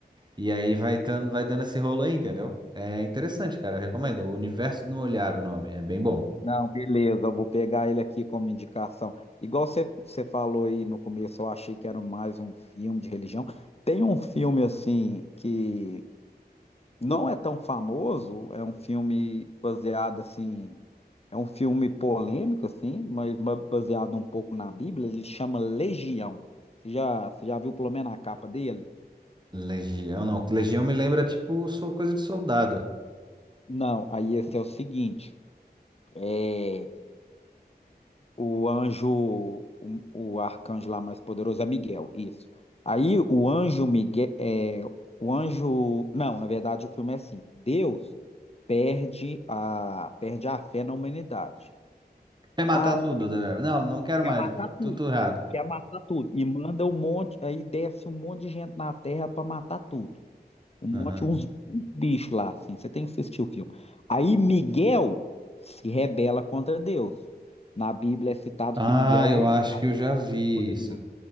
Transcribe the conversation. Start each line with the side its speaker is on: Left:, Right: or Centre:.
Right: E aí vai, tando, vai dando esse rolo aí, entendeu? É interessante, cara. Eu recomendo.
Left: entendi.
Right: O Universo no Olhar, o nome. É bem bom.
Left: Não, beleza, eu vou pegar ele aqui como indicação. Igual você você falou aí no começo, eu achei que era mais um filme de religião. Tem um filme assim que não é tão famoso, é um filme baseado assim, é um filme polêmico assim, mas ma- baseado um pouco na Bíblia, ele chama Legião. Você já, você já viu pelo menos a capa dele?
Right: Legião, não. Legião me lembra, tipo, sou coisa de soldado.
Left: Não, aí esse é o seguinte, é o anjo, o, o arcanjo lá mais poderoso é Miguel, isso. Aí o anjo Miguel, é, o anjo, não, na verdade o filme é assim, Deus perde a, perde a fé na humanidade.
Right: Quer matar
Left: Ah,
Right: tudo. né? Não, não quero
Left: Quer
Right: mais.
Left: matar tudo,
Right: Tudo errado.
Left: quer matar tudo. E manda um monte, aí desce um monte de gente na Terra pra matar tudo. Um monte,
Right: Aham.
Left: uns uns bichos lá, assim. Você tem que assistir o filme. Aí Miguel se rebela contra Deus. Na Bíblia é citado
Right: Ah,
Left: que Miguel
Right: eu
Left: é o
Right: acho
Left: arcanjo
Right: que eu já vi
Left: mais poderoso.
Right: isso.